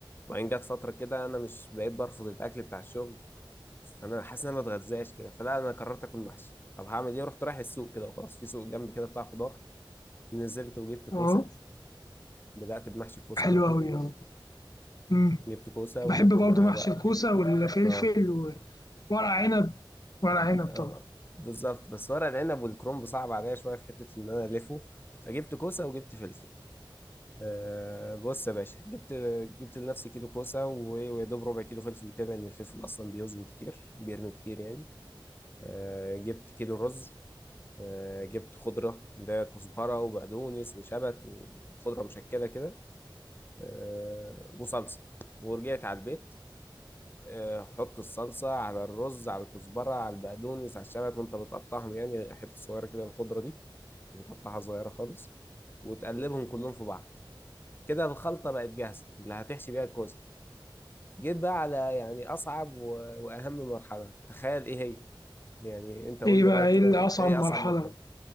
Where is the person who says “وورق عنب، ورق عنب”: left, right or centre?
Left